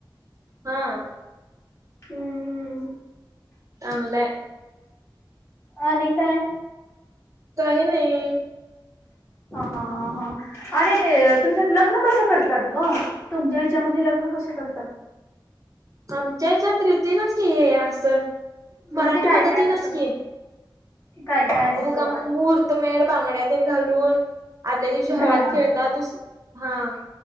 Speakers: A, on the right; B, on the left.
A: हां.
B: हम्म हं.
A: चांगलं हाय.
B: आणि काय?
A: काही नाही.
B: हां हां अरे तुमच्यात लग्न कसं करतात गं? तुमच्या हेच्यामध्ये लग्न कसे करतात?
A: आमच्या हेच्यात रितीनच की आहे असं.
B: म्हणजे
A: मराठी
B: काय
A: पद्धतीनच
B: काय असतं
A: की.
B: काय काय असतो
A: उ का महूर्तमेड, बांगड्या तेन घालून आदल्या दिवशी
B: घाना
A: हळद खेळतात. दुस हां